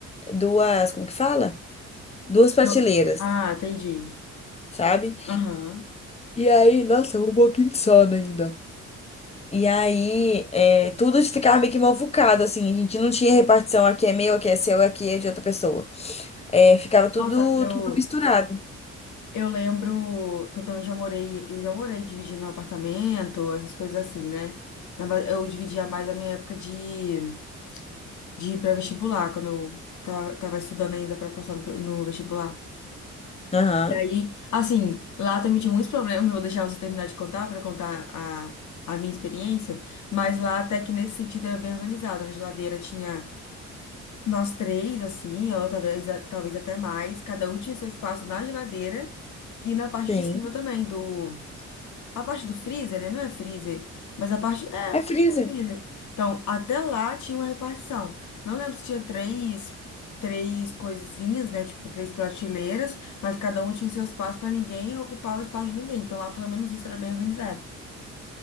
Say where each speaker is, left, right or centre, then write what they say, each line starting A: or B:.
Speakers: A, on the left; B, on the left.
A: duas, como que fala? Duas prateleiras,
B: Eu- Ah, entendi.
A: sabe?
B: Aham.
A: E aí, nossa, um pouquinho de sono ainda. E aí, é, tudo ficava meio que movucado, assim. A gente não tinha repartição, aqui é meu, aqui é seu, aqui é de outra pessoa. É, ficava tudo,
B: Nossa, eu,
A: tudo misturado.
B: eu lembro que eu também já morei, eu já morei dividindo um apartamento, essas coisas assim, né? Na ba- Eu dividia mais a minha época de, de pré-vestibular, quando eu tava, tava estudando ainda para passar no, pre- no vestibular.
A: Aham,
B: E aí, assim, lá também tinha muitos problemas, eu vou deixar você terminar de contar para contar a, a minha experiência, mas lá até que nesse sentido era bem organizado. Na geladeira tinha nós três, assim, ou talvez, talvez até mais, cada um tinha seu espaço na geladeira e na parte
A: sim.
B: de cima também do a parte do freezer, né? Não é freezer, mas a parte. É, a
A: É freezer.
B: parte do freezer. Então, até lá tinha uma repartição. Não lembro se tinha três, três coisinhas, né? Tipo, três prateleiras, mas cada um tinha seu espaço para ninguém ocupar o espaço de ninguém. Então, lá pelo menos isso era bem organizado.